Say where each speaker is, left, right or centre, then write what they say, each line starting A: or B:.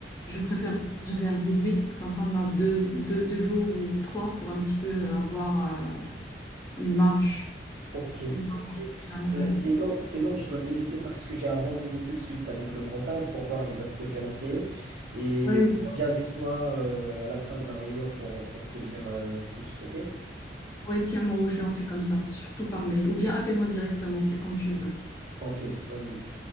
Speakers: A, on the left; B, on the right.
A: je préfère changer vers huit Comme ça, on a deux, deux, deux jours ou trois pour un petit peu avoir euh, une marge.
B: Ok,
A: Une marge,
B: ok.
A: Jamais,
B: Euh,
A: euh,
B: sinon, sinon, je dois te laisser parce que j'ai un rendez-vous tout de suite avec le comptable pour voir les aspects financiers. Et
A: Ouais,
B: je reviens vers toi euh, à la fin de la réunion pour, pour te dire euh, plus, ok?
A: ouais, tiens-moi au jus, on fait comme ça, surtout par mail. Ou bien appelle-moi directement, c'est comme tu veux.
B: Ok, solide.